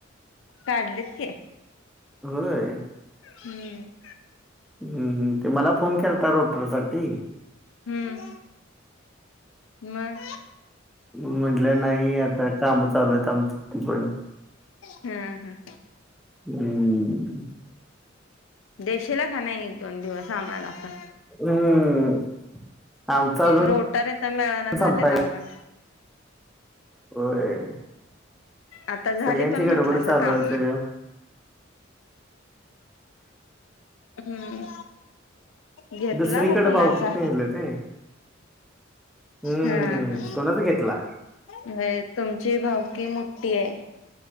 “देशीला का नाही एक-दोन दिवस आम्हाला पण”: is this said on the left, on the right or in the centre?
Left